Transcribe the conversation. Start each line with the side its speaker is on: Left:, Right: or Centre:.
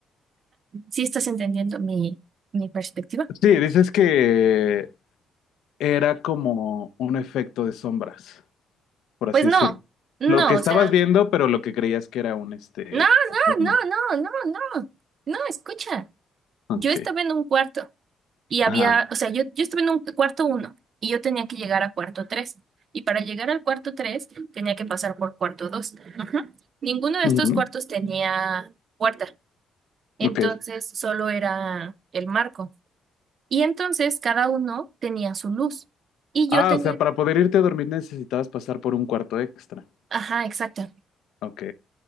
Right: ¿Sí estás entendiendo mi, mi perspectiva?
Left: Sí, dices que era como un efecto de sombras, por así
Right: Pues no,
Left: decirlo.
Right: no,
Left: Lo que estabas
Right: o sea,
Left: viendo, pero lo que creías que era un este.
Right: no,
Left: fantasma.
Right: no, no, no, no, no, no, escucha.
Left: Ok.
Right: Yo estaba en un cuarto. Y había,
Left: Ajá.
Right: o sea, yo, yo estuve en un cuarto uno y yo tenía que llegar a cuarto tres. Y para llegar al cuarto tres tenía que pasar por cuarto dos. Ajá. Ninguno de
Left: Ujú.
Right: estos cuartos tenía puerta. Entonces
Left: Ok.
Right: solo era el marco. Y entonces cada uno tenía su luz. Y
Left: Ah,
Right: yo tenía,
Left: o sea, para poder irte a dormir necesitabas pasar por un cuarto extra.
Right: ajá, exacto.
Left: Ok.